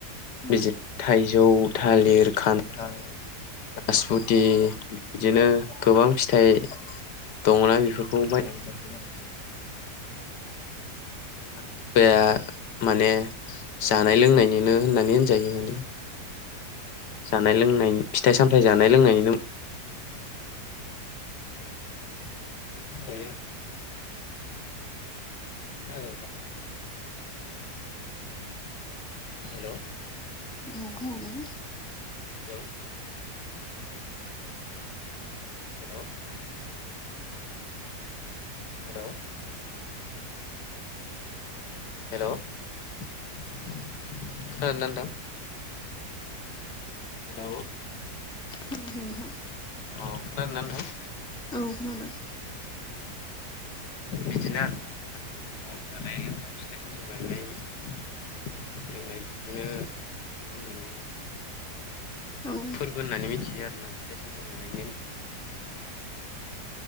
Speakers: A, in the centre; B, on the left.
A: औ
B: बिदिनो थाइजौ जौ थालिर खान्थाल राजफुत बिदिनो गोबां फिथाइ दंना बेफोरखौ बायनानै जाफैयो आरो आमसिसुवाया माने जानाय लोंनायनिनो होननानै होनजायो माने जानाय लोंनायनि फिथाइ सामथाय जानाय लोंनायनिनो नो ए द हेल'
A: औ खोनादों
B: हेलौ हेलौ हेलौ हेलौ खोनादोंना नोंथां? हेलौ
A: खोनायाखै नोंथां
B: अ खोनादोंना नोंथां?
A: औ खोनादों
B: बिदिनो आरोना आमथि समाव जानाय-लोंनाय फिथाइ-सामथाइ जानाय लोंनाय बिदिनो होननानै
A: औ
B: फोरबो होननानै मिथियो आरोना फिथाइ-सामथाइ जानायनि